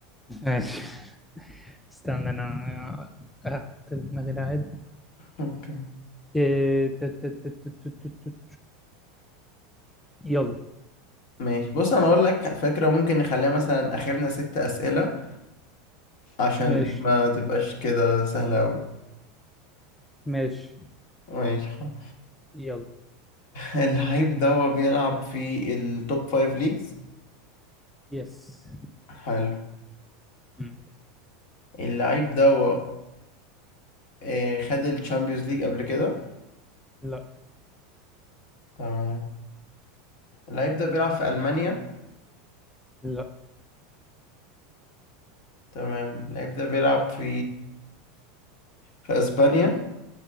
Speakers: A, in the centre; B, on the left.
A: ماشي استنى أنا آه، أحط في دماغي لاعب
B: اوكي
A: إيه، ت- ت- ت- ت- ت- ت- ت- يلا
B: ماشي بص انا اقول لك فكرة ممكن نخليها مثلا اخرنا ست اسئلة عشان
A: ماشي
B: مم. ما تبقاش كده سهلة اوي
A: ماشي
B: ماشي خلاص
A: يلا
B: اللعيب ده هو بيلعب في التوب فايف ليجز
A: يس
B: حلو
A: مم.
B: اللعيب ده هو آه، خد الشامبيونز ليج قبل كده
A: لا
B: تمام اللعيب ده بيلعب في ألمانيا
A: لا
B: تمام اللعيب ده بيلعب في في أسبانيا